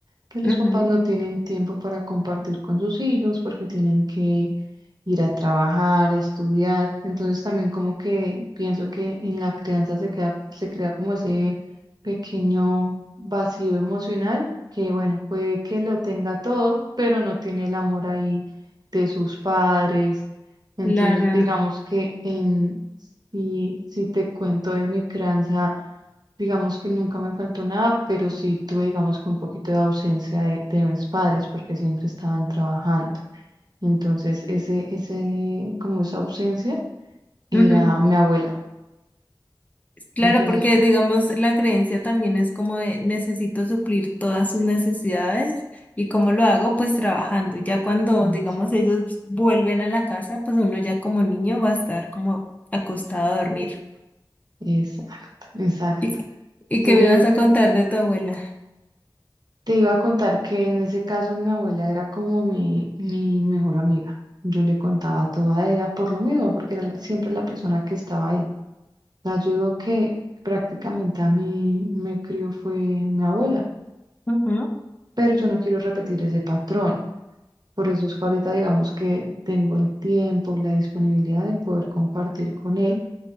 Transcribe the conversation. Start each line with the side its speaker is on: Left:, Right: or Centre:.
Right: que los
Left: Ujú,
Right: papás no tienen tiempo para compartir con sus hijos porque tienen que ir a trabajar, estudiar. Entonces también como que pienso que en la crianza se queda, se crea como ese pequeño vacío emocional que bueno, puede que lo tenga todo, pero no tiene el amor ahí de sus padres entonces,
Left: Claro.
Right: digamos que en, si, si te cuento de mi crianza, digamos que nunca me faltó nada, pero sí tuve, digamos que un poquito de ausencia de, de mis padres porque siempre estaban trabajando. Entonces, ese, ese, como esa ausencia era
Left: Ujú.
Right: mi abuela.
Left: Claro,
Right: Entonces,
Left: porque digamos la creencia también es como de necesito suplir todas sus necesidades y cómo lo hago, pues trabajando. Y ya cuando
Right: Mm.
Left: digamos ellos vuelven a la casa, pues uno ya como niño va a estar como acostado a dormir.
Right: exacto, exacto.
Left: ¿Y, y
Right: Entonces,
Left: qué me
Right: yo
Left: ibas
Right: digo,
Left: a contar de tu abuela?
Right: Te iba a contar que en ese caso mi abuela era como mi, mi mejor amiga. Yo le contaba todo a ella por lo mismo, porque era la- siempre la persona que estaba ahí. O sea, yo digo que prácticamente a mí me crió fue mi abuela
Left: Ujú.
Right: pero yo no quiero repetir ese patrón. Por eso es que ahorita digamos que tengo el tiempo, la disponibilidad de poder compartir con él